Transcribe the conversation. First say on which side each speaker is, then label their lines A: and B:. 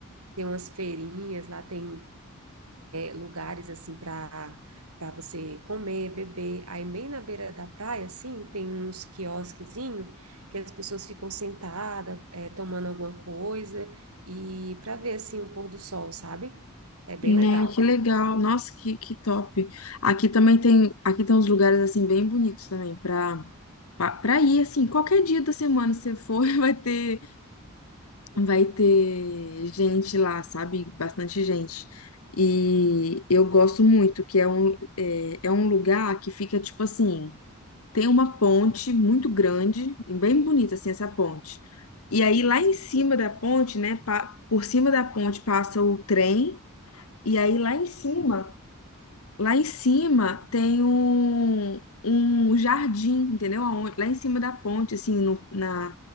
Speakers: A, on the right; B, on the left.
A: Tem umas feirinhas, lá tem lugares assim para para você comer, beber. Aí bem na beira da praia, assim, tem uns quiosquezinho que as pessoas ficam sentadas, é, tomando alguma coisa e para ver assim o pôr do sol, sabe? É bem
B: Né,
A: legal.
B: que legal. Nossa, que, que top. Aqui também tem, aqui tem uns lugares assim bem bonitos também para para ir assim, qualquer dia da semana se você for, <laughs> vai ter
A: Uhum,
B: vai ter gente lá, sabe? Bastante gente. E eu gosto muito, que é um, é, é um lugar que fica tipo assim, tem uma ponte muito grande e bem bonita assim essa
A: uhum.
B: ponte. E aí lá
A: Sim.
B: em cima da ponte, né, pa- por cima da ponte passa o trem e aí lá em
A: Uhum.
B: cima Lá em cima tem um, um jardim, entendeu? Aonde- Lá em cima da ponte,
A: Ah,
B: assim, no-
A: legal.
B: na,